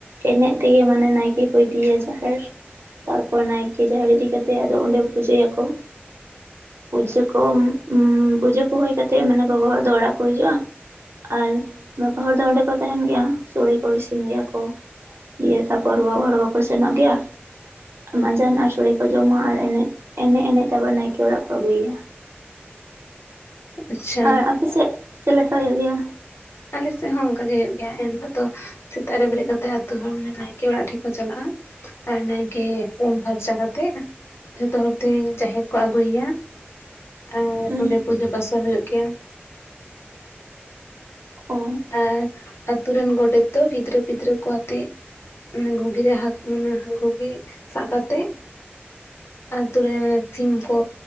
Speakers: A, on the right; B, on the left.
A: ᱮᱱᱮᱡ ᱛᱮᱜᱮ ᱢᱟᱱᱮ ᱱᱟᱭᱠᱮ ᱠᱚ ᱤᱫᱤᱭᱟ ᱡᱟᱦᱮᱨ ᱛᱟᱨᱯᱚᱨ ᱱᱟᱭᱠᱮ ᱡᱟᱦᱮᱨ ᱤᱫᱤ ᱠᱟᱛᱮᱫ ᱟᱫᱚ ᱚᱸᱰᱮ ᱯᱩᱡᱟᱹᱭᱟᱠᱚ ᱾ ᱯᱩᱡᱟᱹ ᱠᱚ ᱩᱸ ᱯᱩᱡᱟᱹ ᱠᱚ ᱦᱩᱭ ᱠᱟᱛᱮᱫ ᱢᱟᱱᱮ ᱜᱚᱜᱚ ᱦᱚᱲ ᱫᱚ ᱚᱲᱟᱜ ᱠᱚ ᱦᱤᱡᱩᱜᱼᱟ, ᱟᱨ ᱵᱟᱵᱟ ᱦᱚᱲ ᱫᱚ ᱚᱸᱰᱮ ᱠᱚ ᱛᱟᱦᱮᱸᱱ ᱜᱮᱭᱟ ᱥᱳᱲᱮ ᱠᱚ ᱤᱥᱤᱱ ᱜᱮᱭᱟ ᱠᱚ᱾ ᱫᱤᱭᱮ ᱛᱟᱯᱚᱨ ᱜᱚᱜᱚ ᱦᱚᱲ ᱵᱟᱠᱚ ᱥᱮᱱᱚᱜ ᱜᱮᱭᱟ? ᱢᱟᱸᱡᱟᱱ ᱟᱨ ᱥᱳᱲᱮ ᱠᱚ ᱡᱚᱢᱟ ᱟᱨ ᱮᱱᱮᱡ ᱮᱱᱮᱡ ᱮᱱᱮᱡ ᱛᱮ ᱟᱵᱟᱨ ᱱᱟᱭᱠᱮ ᱚᱲᱟᱜ ᱠᱚ ᱟᱹᱜᱩᱭᱟ᱾
B: ᱟᱪᱪᱷᱟ
A: ᱟᱨ ᱟᱯᱮ ᱥᱮᱜ ᱪᱮᱫ ᱞᱮᱠᱟ ᱦᱩᱭᱩᱜ ᱜᱮᱭᱟ?
B: ᱟᱞᱮ ᱥᱮᱫ ᱦᱚᱸ ᱚᱝᱠᱟ ᱜᱮ ᱦᱩᱭᱩᱜ ᱜᱮᱭᱟ ᱮᱱᱦᱤᱞᱳᱜ ᱫᱚ ᱥᱮᱛᱟᱜ ᱨᱮ ᱵᱮᱨᱮᱫ ᱠᱟᱛᱮᱜ ᱟᱹᱛᱩ ᱦᱚᱲ ᱢᱟᱱᱮ ᱱᱟᱭᱠᱮ ᱚᱲᱟᱜ ᱴᱷᱮᱡ ᱠᱚ ᱪᱟᱞᱟᱜᱼᱟ, ᱟᱨ ᱱᱟᱭᱠᱮ ᱩᱢ ᱯᱷᱟᱨᱪᱟ ᱠᱟᱛᱮᱛ ᱡᱷᱚᱛᱚ ᱦᱚᱲ ᱛᱮ ᱡᱟᱦᱮᱨ ᱠᱚ ᱟᱜᱩᱭ ᱭᱟ ᱟᱨ
A: ᱦᱩᱸ
B: ᱚᱸᱰᱮ ᱯᱩᱡᱟᱹ ᱯᱟᱥᱟ ᱦᱩᱭᱩᱜ ᱜᱮᱭᱟ᱾
A: ᱚ
B: ᱟᱨ ᱟᱛᱩ ᱨᱮᱱ ᱜᱚᱰᱮᱛ ᱫᱚ ᱜᱤᱫᱽᱨᱟᱹ ᱯᱤᱫᱽᱨᱟᱹ ᱠᱚ ᱟᱛᱮᱜ ᱢᱟᱱᱮ ᱜᱷᱩᱜᱤ ᱨᱮ ᱦᱟᱠ ᱢᱟᱱᱮ ᱜᱷᱩᱜᱤ ᱥᱟᱵ ᱠᱟᱛᱮᱜ ᱟᱛᱩ ᱨᱮ ᱢᱟᱱᱮ ᱥᱤᱢ ᱠᱚ